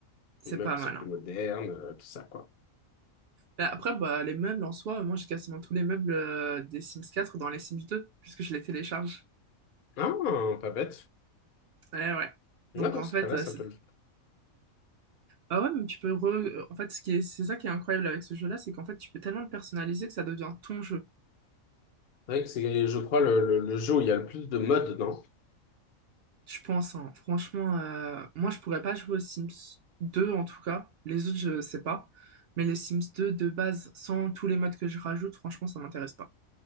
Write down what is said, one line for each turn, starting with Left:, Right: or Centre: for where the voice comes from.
Right: c'est
Left: Les meubles
Right: pas mal.
Left: sont plus
Right: hein.
Left: modernes, euh, tout ça, quoi.
Right: Mais Après, bah, les meubles en soi, moi, j'ai quasiment tous les meubles euh, des Sims 4 dans les Sims deux puisque je les télécharge.
Left: Ah, pas bête.
Right: Ouais, ouais.
Left: Ouais,
Right: Donc
Left: dans
Right: en
Left: ce
Right: fait,
Left: cas-là,
Right: euh,
Left: ça
Right: c'est-
Left: peut le faire.
Right: Ah ouais, mais tu peux re... En fait, ce qui est... c'est ça qui est incroyable avec ce jeu-là, c'est qu'en fait, tu peux tellement le personnaliser que ça devient ton jeu.
Left: C'est vrai que c'est, je crois, le, le, le jeu où il y a le plus de modes, non?
Right: Je pense, hein. Franchement, euh, moi, je pourrais pas jouer aux Sims 2, en tout cas. Les autres, je sais pas. Mais les Sims 2, de base, sans tous les modes que je rajoute, franchement, ça m'intéresse pas.